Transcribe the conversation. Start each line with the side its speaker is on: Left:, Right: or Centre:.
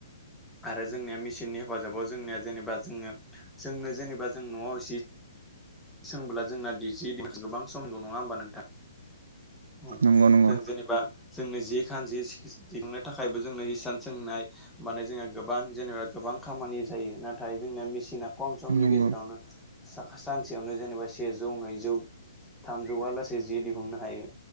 Centre: आरो जोंनिया मेसिननि हेफाजाबाव जोंनिया जेनेबा जोङो जोंनो जेनेबा जों न'आव जिद सोंब्ला जोंना <unintelligible> गोबां सम गौ नङा होमबा नोंथां? <unintelligible>
Right: नंगौ नोंथां
Centre: जों जेनेबा जोंनो जि खान जि <unintelligible> दिंनो थाखायबो जोंनो हिसान सोंनाय माने जोंहा गोबां जेनेबा गोबां खामानि जायो। नाथाय जोंनिया मेसिना खम समनि
Right: नंगौ
Centre: गेजेरावनो साख सानसेयावनो जेनेबा सेजौ, नैजौ, थामजौआ लासै जि दिहुननो हायो।